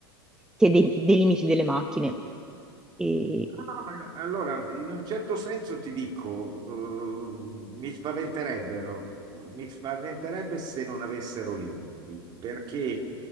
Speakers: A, in the centre; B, on the right.
A: che dei, dei limiti delle macchine. E-
B: No, no, ma allora, in un certo senso ti dico, eh, mi spaventerebbero, mi spaventerebbe se non avessero limiti, perché